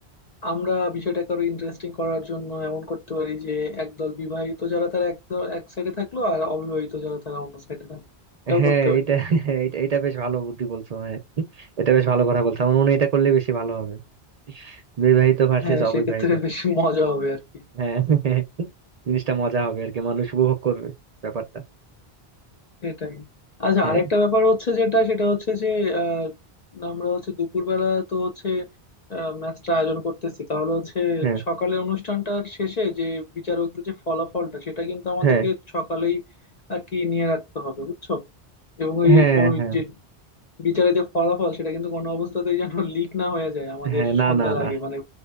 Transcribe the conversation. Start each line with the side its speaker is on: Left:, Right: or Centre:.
Left: আমরা বিষয়টাকে আরো ইন্টারেস্টিং করার জন্য এমন করতে পারি যে একদল বিবাহিত যারা তারা একদল এক সাইডে থাকলো আর অবিবাহিত যারা তারা অন্য সাইডে থাকলো এটাও
Right: হ্যাঁ
Left: করতে পারি
Right: এটা হ্যাঁ, এটা এটা বেশ ভালো বুদ্ধি বলছো হ্যাঁ এটা বেশ ভালো কথা বলছো আমার মনে হয় এটা করলে বেশি ভালো হবে বিবাহিত ভার্সেস
Left: হ্যাঁ সেক্ষেত্রে
Right: অবিবাহিত
Left: বেশ মজা হবে আর কি
Right: হ্যাঁ হ্যাঁ, হ্যাঁ, জিনিসটা মজা হবে আর কি মানুষ উপভোগ করবে ব্যাপারটা
Left: এটাই আচ্ছা
Right: হ্যাঁ
Left: আরেকটা ব্যাপার হচ্ছে যেটা সেটা হচ্ছে যে আহ আমরা হচ্ছে দুপুরবেলা তো হচ্ছে ম্যাচটা আয়োজন করতেছি তাহলে হচ্ছে
Right: হ্যাঁ
Left: সকালে অনুষ্ঠানটার শেষে যে বিচারকদের যে ফলাফলটা সেটা কিন্তু আমাদেরকে
Right: হ্যাঁ
Left: সকালেই আর কি নিয়ে রাখতে হবে বুঝছো এবং ওই
Right: হ্যাঁ
Left: ওই
Right: হ্যাঁ
Left: যে বিচারে যে ফলাফল সেটা কিন্তু কোনো অবস্থাতেই যেন লিক না হয়ে যায় আমাদের
Right: হ্যাঁ না
Left: সন্ধ্যার
Right: না না
Left: আগে মানে